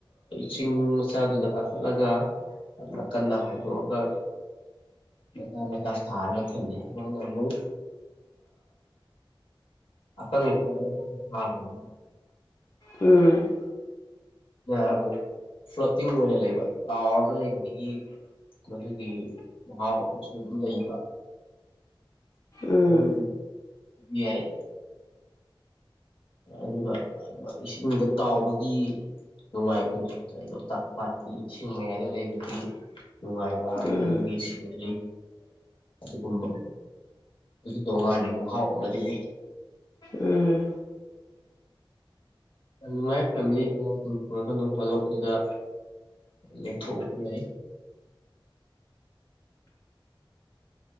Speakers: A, on the left; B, on the left.
A: ꯆꯤꯡ ꯃꯆꯥꯗꯨꯗ ꯀꯥꯈꯠꯂꯒ ꯅꯥꯀꯟꯗ ꯍꯥꯏꯗꯣꯛꯑꯒ ꯃ ꯃꯆꯥ ꯁꯥꯔꯒ ꯊꯝꯃꯦ ꯃꯣꯏꯅ ꯑꯃꯨꯛ ꯑꯀꯪꯕꯗ ꯂꯩꯕꯥꯛꯇ ꯁꯥꯕꯅꯤꯅ
B: ꯎꯝ
A: ꯑꯃꯨꯛ ꯐ꯭ꯂꯣꯇꯤꯡ ꯑꯣꯏꯅ ꯂꯩꯕ ꯇꯥꯎꯔꯒ ꯂꯩꯕꯗꯒꯤ ꯃꯗꯨꯒꯤ ꯃꯍꯥꯎ ꯑꯃꯁꯨ ꯑꯗꯨꯝ ꯂꯩꯕꯨꯕ
B: ꯎꯝ
A: ꯑꯗꯨ ꯌꯥꯏ ꯑꯗꯨꯒ ꯏꯁꯤꯡꯗ ꯀꯥꯎꯕꯒꯤ ꯅꯨꯡꯉꯥꯏꯕ ꯑꯗꯨꯝ ꯂꯣꯛꯇꯥꯛ ꯄꯥꯠꯀꯤ ꯏꯁꯤꯡ ꯃꯌꯥꯏꯗ ꯂꯩꯕꯒꯤ ꯅꯨꯡꯉꯥꯏꯕ
B: ꯎꯝ
A: ꯑꯗꯨꯒꯤ ꯁꯤꯅꯤ ꯑ ꯑꯗꯨ ꯀꯨꯝꯕ ꯑꯗꯨꯒꯤ ꯇꯣꯉꯥꯟꯕ ꯃꯍꯥꯎ ꯑꯃꯗꯤ ꯂꯩ
B: ꯎꯝ
A: ꯌꯥꯝ ꯅꯨꯡꯉꯥꯏ ꯐꯦꯃꯤꯂꯤ ꯑꯉꯥꯡꯁꯤꯡ ꯄꯨꯔꯒ ꯅꯣꯡ ꯐꯥꯗꯣꯛ ꯑꯗꯨꯗ ꯂꯦꯡꯊꯣꯛꯎ ꯌꯥꯏ